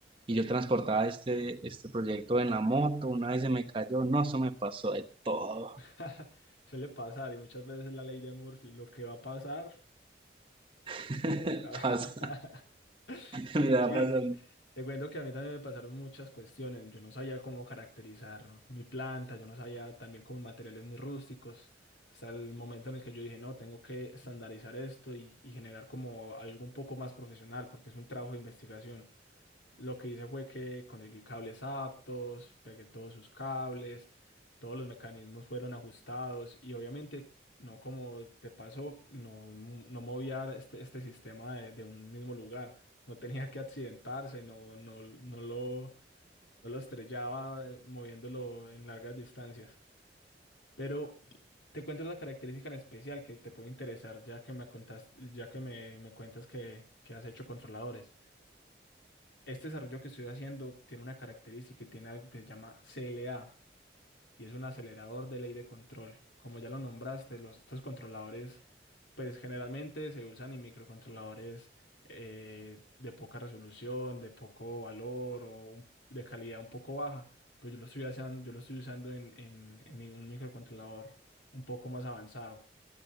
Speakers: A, on the right (about 30°); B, on the left (about 85°).
A: Y yo transportaba este, este proyecto en la moto, una vez se me cayó, no, eso me pasó de todo.
B: <laughs> Suele pasar y muchas veces la ley de Murphy, lo que va a pasar.
A: <laughs>
B: ca-
A: Pasa,
B: <laughs>
A: mira,
B: Sí,
A: pasa.
B: te cuento que a mí también me pasaron muchas cuestiones. Yo no sabía cómo caracterizar mi planta, yo no sabía también con materiales muy rústicos. Hasta el momento en el que yo dije, no, tengo que estandarizar esto y, y generar como algo un poco más profesional, porque es un trabajo de investigación. Lo que hice fue que conseguí cables aptos, pegué todos sus cables, todos los mecanismos fueron ajustados y obviamente no como te pasó, no, mo- no movía este, este sistema de, de un mismo lugar, no tenía que accidentarse, no, no, no lo, no lo estrellaba eh, moviéndolo en largas distancias. Pero te cuento la característica en especial que te puede interesar ya que me contas, ya que me, me cuentas que, que has hecho controladores. Este desarrollo que estoy haciendo tiene una característica y tiene algo que se llama CLA y es un acelerador de ley de control. Como ya lo nombraste, los, estos controladores, pues generalmente se usan en microcontroladores eh, de poca resolución, de poco valor o un- de calidad un poco baja, pero yo lo estoy usando, yo lo estoy usando en, en en un microcontrolador un poco más avanzado.